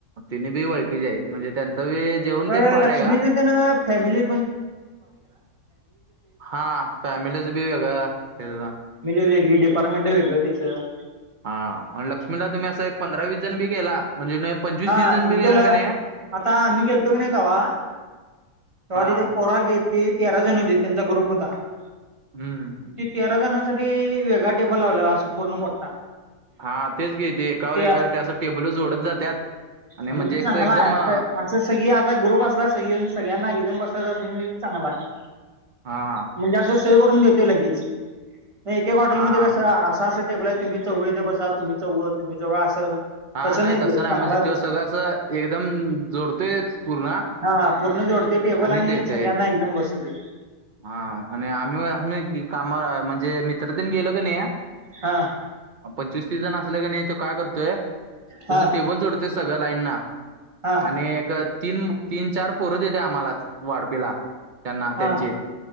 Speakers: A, on the right; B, on the right.
A: तिने बी ओळखीच आहेते म्हणजे त्यांच बी जेवण
B: <unintelligible> पूर्ण
A: ते भारी
B: फॅमिलीच
A: आहे का
B: फॅमिली
A: हा फॅमिलीचं बी वेगळं हे ना.
B: वेगळी डिपार्टमेंट वेगळं त्याच.
A: <unintelligible>
B: <inaudible>
A: जण बी गेला का नाही
B: <unintelligible>
A: हा हम्म
B: <unintelligible>
A: <unintelligible>
B: ते आ
A: म्हणजे
B: मण ते चांगला
A: असं एकदम
B: आहे असं.
A: अ,
B: असं सगळी आता ग्रुप असला <unintelligible> सगळ्यांना एकदम बसायचं असल मी चांगला आहे.
A: हा.
B: म्हणजे असं सोय करून देतोय लगेच. नाही एक एक हॉटेलमध्ये
A: हा
B: कसं, असं असं टेबल आहेत. तुम्ही चौघ ईथे बसा, तुम्ही चौघ, तुम्ही चौघ असं.
A: हा, नाही तसं
B: ते चांगला
A: नाही म्हणजे
B: आहे
A: त्यो
B: तसं
A: सगळं अस एकदम जोडतोयच पूर्ण
B: हा पूर्ण जोडते टेबल
A: आणि देत
B: सगळ्यांना एकदम बसवतेत.
A: हा आणि आम्ही आम्ही कामा म्हणजे मित्र तेन गेलो क नी
B: हा.
A: आ पंचवीस तीस जण असले क नाही तो काय करतोय,
B: हा
A: तसं टेबल जोडतोय सगळं लाईनना
B: हा
A: आणि एक तीन, तीन, चार पोरं देतय आम्हाला वाडपीला. त्यांना
B: हा
A: त्यांचे.